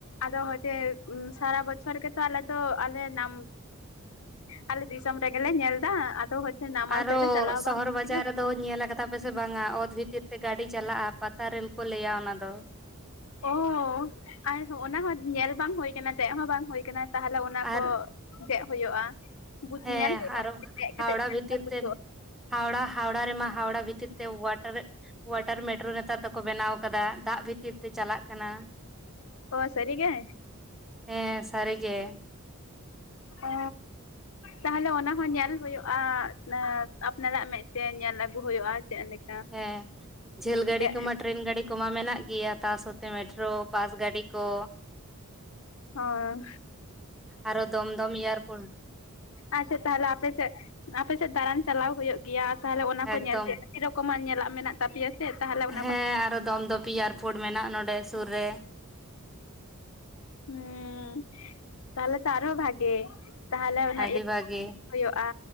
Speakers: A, on the left; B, in the centre.
A: ᱟᱫᱚ ᱦᱳᱭᱛᱚ ᱥᱟᱨᱟ ᱵᱚᱪᱷᱚᱨ ᱜᱮᱛᱚ ᱟᱞᱮ ᱛᱚ ᱟᱞᱮ ᱱᱟᱢ ᱟᱞᱮ ᱫᱤᱥᱚᱢ ᱨᱮᱜᱮᱞᱮ ᱧᱮᱞᱫᱟ ᱟᱫᱚ ᱱᱟᱢᱟᱞ
B: ᱟᱨᱚ
A: ᱥᱮᱫ ᱫᱚ ᱪᱟᱞᱟᱣ
B: ᱥᱚᱦᱚᱨ
A: ᱵᱟᱝ ᱦᱩᱭ
B: ᱵᱟᱡᱟᱨ
A: ᱠᱟᱱᱟ᱾
B: ᱨᱮᱫᱚ ᱧᱮᱞ ᱟᱠᱟᱫᱟ ᱯᱮᱥᱮ ᱵᱟᱝᱟ ᱚᱛ ᱵᱷᱤᱛᱤᱨ ᱛᱮ ᱜᱟᱹᱰᱤ ᱪᱟᱞᱟᱜᱼᱟ ᱯᱟᱛᱟᱨᱮ ᱠᱚ ᱞᱟᱹᱭᱟ ᱚᱱᱟ ᱫᱚ
A: ᱚ ᱟᱨ ᱚᱱᱟ ᱦᱚᱸ ᱧᱮᱞ ᱵᱟᱝ ᱦᱩᱭ ᱠᱟᱱᱟ ᱫᱮᱡ ᱦᱚᱸ ᱵᱟᱝ ᱦᱩᱭ ᱟᱠᱟᱱᱟ ᱛᱟᱦᱚᱞᱮ ᱚᱱᱟ
B: ᱟᱨ
A: ᱠᱚ ᱫᱮᱡ ᱦᱩᱭᱩᱜᱼᱟ᱾ ᱵᱩᱡ
B: ᱦᱮᱸ
A: ᱧᱮᱞ ᱦᱩᱭᱩᱜᱼᱟ
B: ᱟᱨᱚ
A: ᱫᱮᱡ ᱠᱟᱛᱮᱜ
B: ᱦᱟᱣᱲᱟ
A: ᱪᱮᱫ
B: ᱵᱷᱤᱛᱤᱨ
A: ᱞᱮᱠᱟ ᱵᱩᱡᱷᱟᱹᱜᱼᱟ
B: ᱛᱮ ᱦᱟᱣᱲᱟ ᱦᱟᱣᱲᱟ ᱨᱮᱢᱟ ᱦᱟᱣᱲᱟ ᱵᱷᱤᱛᱤᱨ ᱛᱮ ᱚᱣᱟᱴᱟᱨ ᱚᱣᱟᱴᱟᱨ ᱢᱮᱴᱨᱳ ᱱᱮᱛᱟᱨ ᱫᱚᱠᱚ ᱵᱮᱱᱟᱣ ᱟᱠᱟᱫᱟ ᱫᱟᱜ ᱵᱷᱤᱛᱤᱨ <unintelligible> ᱛᱮ ᱪᱟᱞᱟᱜ ᱠᱟᱱᱟ᱾
A: ᱚ ᱥᱟᱹᱨᱤ ᱜᱮ
B: ᱦᱮᱸ ᱥᱟᱹᱨᱤᱜᱮ
A: ᱚ ᱛᱟᱦᱞᱮ ᱚᱱᱟ ᱦᱚᱸ ᱧᱮᱞ ᱦᱩᱭᱩᱜᱼᱟ ᱟᱯᱱᱟᱨᱟᱜ ᱢᱮᱫᱛᱮ ᱧᱮᱞ ᱟᱹᱜᱩ ᱦᱩᱭᱩᱜᱼᱟ᱾ ᱪᱮᱫ ᱞᱮᱠᱟ
B: ᱦᱮᱸ ᱡᱷᱟᱹᱞ ᱜᱟᱹᱰᱤ
A: ᱫᱮᱡ
B: ᱠᱚᱢᱟ ᱴᱨᱮᱱ ᱜᱟᱹᱰᱤ ᱠᱚᱢᱟ ᱢᱮᱱᱟᱜ ᱜᱮᱭᱟ ᱥᱟᱛᱮ ᱢᱮᱴᱨᱳ ᱵᱟᱥ ᱜᱟᱹᱰᱤ ᱠᱚ
A: ᱟᱨ
B: ᱟᱨᱚ ᱫᱚᱢᱫᱚᱢ ᱤᱭᱟᱨ ᱯᱚᱞ
A: ᱟᱪᱪᱷᱟ ᱛᱟᱦᱚᱞᱮ ᱟᱯᱮᱥᱮᱫ ᱟᱯᱮᱥᱮᱫ ᱫᱟᱬᱟᱱ ᱪᱟᱞᱟᱣ ᱦᱩᱭᱩᱜ ᱜᱮᱭᱟ ᱛᱟᱦᱚᱞᱮ ᱚᱱᱟ ᱠᱚ
B: ᱮᱠᱫᱚᱢ
A: ᱧᱮᱞᱛᱮ ᱟᱹᱰᱤ ᱨᱚᱠᱚᱢᱟᱜ ᱧᱮᱞ ᱪᱟᱞᱟᱜ ᱢᱮᱱᱟᱜ ᱛᱟᱯᱮᱭᱟ ᱥᱮ ᱛᱟᱦᱚᱞᱮ ᱚᱱᱟ
B: ᱦᱮᱸ
A: ᱠᱚ
B: ᱟᱨᱚ ᱫᱚᱢᱫᱚᱯ ᱮᱭᱟᱨᱯᱳᱨᱴ ᱢᱮᱱᱟᱜᱼᱟ ᱱᱚᱸᱰᱮ ᱥᱩᱨ ᱨᱮ
A: ᱦᱩᱸ ᱛᱟᱦᱞᱮ ᱛᱟᱨ ᱦᱚᱸ ᱵᱷᱟᱜᱮ ᱛᱟᱦᱚᱞᱮ ᱚᱱᱟ
B: ᱟᱹᱰᱤ
A: ᱤᱭᱟᱹ
B: ᱵᱷᱟᱜᱮ
A: ᱦᱩᱭᱩᱜᱼᱟ